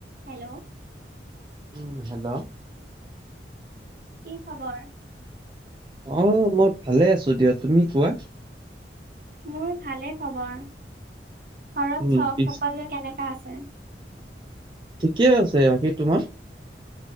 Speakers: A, on the right; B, on the right.
A: Hello
B: উম hello
A: কি খবৰ
B: অ মই ভালে আছো দিয়া তুমি কোৱা
A: মোৰ ভালে খবৰ ঘৰত
B: উম,
A: চখ
B: পিছ
A: সকলোৱে কেনেকা আছে <unintelligible>
B: ঠিকে আছে বাকী তোমাৰ